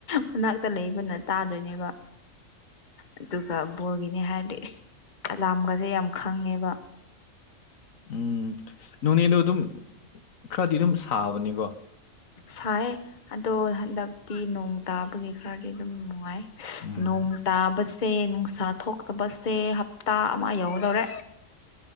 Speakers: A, on the left; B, on the left.
A: ꯃꯅꯥꯛꯇ ꯂꯩꯕꯅ ꯇꯥꯗꯣꯏꯅꯦꯕ ꯑꯗꯨꯒ ꯕꯣꯜꯒꯤꯅꯦ ꯍꯥꯏꯔꯗꯤ ꯏꯁ ꯑꯂꯥꯝꯒꯁꯦ ꯌꯥꯝ ꯈꯪꯉꯦꯕ
B: ꯎꯝ ꯅꯣꯅꯦꯗꯣ ꯑꯗꯨꯝ ꯈꯔꯗꯤ ꯑꯗꯨꯝ ꯁꯥꯕꯅꯤꯀꯣ
A: ꯁꯥꯏ ꯑꯗꯣ ꯍꯟꯗꯛꯇꯤ ꯅꯣꯡ ꯇꯥꯕꯒꯤ ꯈꯔꯗꯤ ꯑꯗꯨꯝ ꯅꯨꯡꯉꯥꯏ
B: ꯎꯝ
A: ꯅꯣꯡ ꯇꯥꯕꯁꯦ ꯅꯨꯡꯁꯥ ꯊꯣꯛꯇꯕꯁꯦ ꯍꯞꯇꯥ ꯑꯃ ꯌꯧꯗꯧꯔꯦ